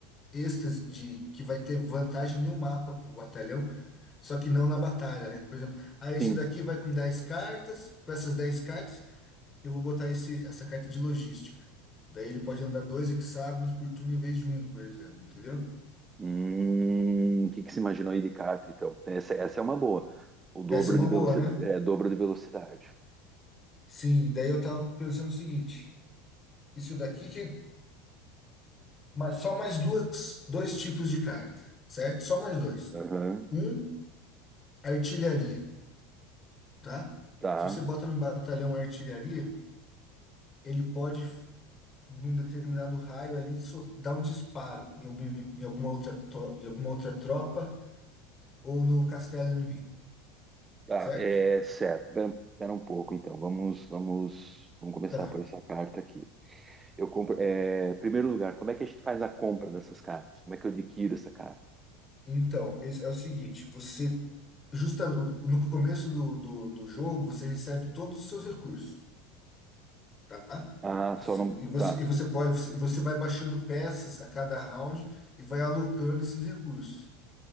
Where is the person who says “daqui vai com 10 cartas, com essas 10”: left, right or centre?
Left